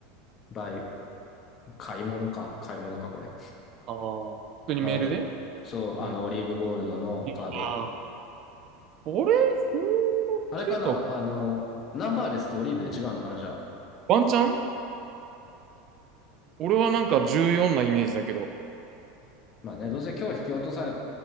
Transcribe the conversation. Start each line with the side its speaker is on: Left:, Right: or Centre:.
Left: バイ、買い物か。買い物か、これ。
Right: ああー、普通にメールで
Left: カード。そう、あの、
Right: うん。
Left: オリーブゴールドのカードで。
Right: ああれそんなしてた
Left: あれかなあの、ナンバーレスとオリーブで違うのかなじゃあ。
Right: ワンチャン俺はなんか14なイメージだけど。
Left: まあね、どうせ今日引き落とされ、